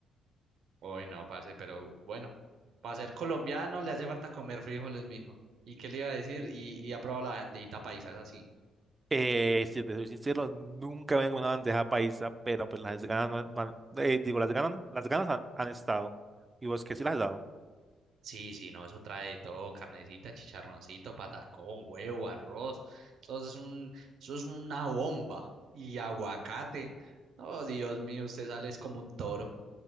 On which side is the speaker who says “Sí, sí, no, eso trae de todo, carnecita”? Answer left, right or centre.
Right